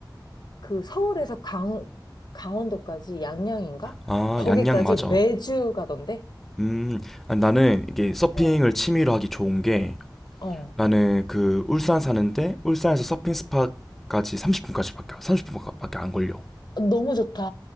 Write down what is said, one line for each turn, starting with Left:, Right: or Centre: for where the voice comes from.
Left: 그 서울에서 강, 강원도까지 양양인가?
Centre: 아,
Left: 거기까지
Centre: 양양 맞아.
Left: 매주 가던데?
Centre: 음, 아니, 나는 이게 서핑을
Left: 어,
Centre: 취미로 하기 좋은 게
Left: 어.
Centre: 나는 그 울산 사는데 울산에서 서핑 스팟까지 30분까지밖에 30분밖에 안 걸려.
Left: 너무 좋다.